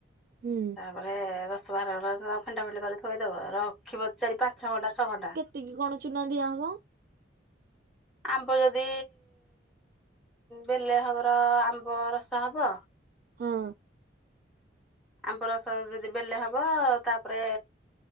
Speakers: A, on the right (about 50°); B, in the centre.
A: ହୁଁ
B: ତାପରେ ରସ ବାହାରିଗଲାପରେ ଫେଣ୍ଟା ଫେଣ୍ଟି କରି ଥୋଇଦବ। ରଖିବ ଚାରି ପାଞ୍ଚ ଛ ଘଣ୍ଟା ଛଅ ଘଣ୍ଟା।
A: ତିକି କଣ ଚୁନା ଦିଆହବ?
B: ଆମ୍ବ ଯଦି ବେଲେ ହବର ଆମ୍ବ ରସ ହବ
A: ହଁ।
B: ଆମ୍ବ ରସ ଯଦି ବେଲେ ହବ ତାପରେ